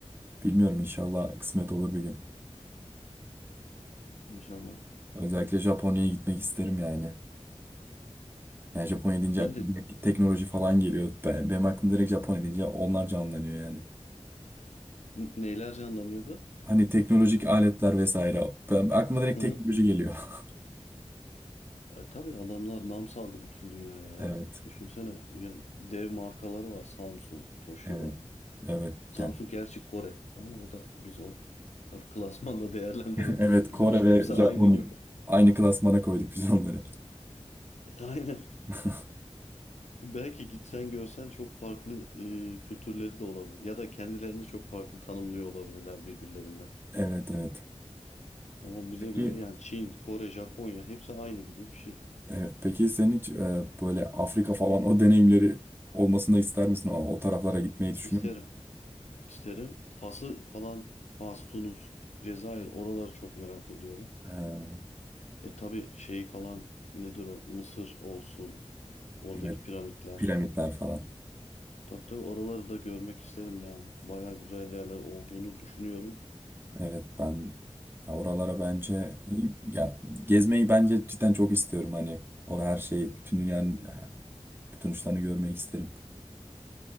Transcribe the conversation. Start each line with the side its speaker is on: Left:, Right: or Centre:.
Right: bilmiyorum inşallah kısmet olur bir gün.
Left: İnşallah.
Right: Özellikle Japonya'ya gitmek isterim yani. Yani Japonya deyince
Left: Ben
Right: aklıma
Left: de
Right: direkt teknoloji falan geliyor. Ben, benim aklım direkt Japonya deyince onlar canlanıyor yani.
Left: n- neyler canlanıyordu?
Right: Hani teknolojik aletler vesaire. Ben, aklıma direkt
Left: Hı
Right: teknoloji
Left: hı hı. hı.
Right: geliyor. <laughs>
Left: Ay, tabii adamlar nam saldı bütün dünyaya ya.
Right: Evet.
Left: Düşünsene ya, dev markalar var. Samsung, Toshiba.
Right: Evet. Evet.
Left: Samsung
Right: Gel.
Left: gerçi Kore ama o da biz o kla- klasmanda değerlendirebiliriz.
Right: <laughs> Evet.
Left: Bizim
Right: Kore
Left: için
Right: ve
Left: hepsi
Right: Japonya
Left: aynı gibi.
Right: aynı klasmana koyduk biz onları.
Left: <laughs> Aynen.
Right: <laughs>
Left: Belki gitsen görsen çok farklı e, kültürleri de olabilir. Ya da kendilerini çok farklı tanımlıyor olabilirler birbirlerinden.
Right: Evet. Evet.
Left: Ama bize
Right: Peki
Left: göre yani Çin, Kore, Japonya hepsi aynı gibi bir şey.
Right: e, peki sen hiç e, böyle Afrika falan o deneyimleri olmasını ister misin? O, o taraflara gitmeyi düşünür
Left: İsterim.
Right: müsün?
Left: İsterim. Fas'ı falan, Fas, Tunus, Cezayir oraları çok merak ediyorum.
Right: Ee,
Left: E tabii şey falan nedir o? Mısır olsun. Oradaki
Right: evet.
Left: piramitler.
Right: Piramitler falan.
Left: Tabii tabii oraları da görmek isterim yani. Baya güzel yerler olduğunu düşünüyorum.
Right: Evet ben ya oralara bence ya gezmeyi bence cidden çok istiyorum hani orada her şeyi bütün dünyanın
Left: Hı. hı.
Right: e, bütün uçlarını görmeyi isterim.